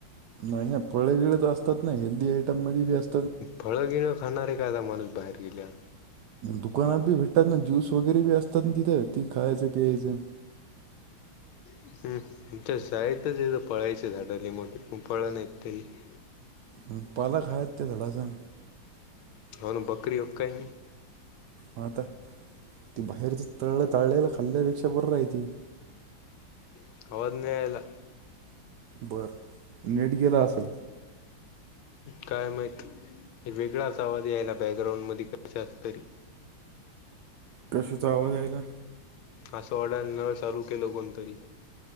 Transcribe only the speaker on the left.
फळं बीळ खाणारे काय माणूस बाहेर गेल्या
हम्म. आमच्या शाळेतच येत फळायची झाड लइ मोठे फळ नाही त्याला
होन बकरी उका काय
<unintelligible> द्यायला.
काय माहीत वेगळा असा आवाज यायला बॅकग्राउंड मधी कशाचं तरी?
असं ऑर्डर न चालू केलं कोणतरी?